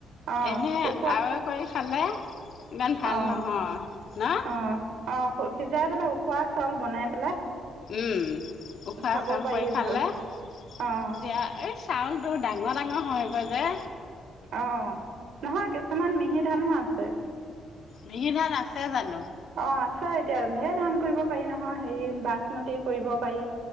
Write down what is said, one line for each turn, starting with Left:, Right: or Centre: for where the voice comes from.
Right: অঁ
Left: এনেই
Right: উখোৱা
Left: আৱৈ কৰি খালে <unintelligible> ইমান ভাল
Right: অঁ
Left: নহয় ন?
Right: অঁ অঁ সিজাই পেলাই উখোৱা চাউল বনাই পেলাই
Left: উম উখোৱা
Right: খাব
Left: চাউল
Right: পাৰি
Left: কৰি খালে
Right: ভাল
Left: দিয়া
Right: অঁ
Left: এই চাউলটো ডাঙৰ নহয়গৈ যে।
Right: অ নহয় কিছুমান মিহি ধানো আছে।
Left: মিহি ধান আছে জানো?
Right: অ আ নিশ্চয় এতিয়া ধেৰ ধান কৰিব পাৰি নহয় হেৰি বাচমতি কৰিব পাৰি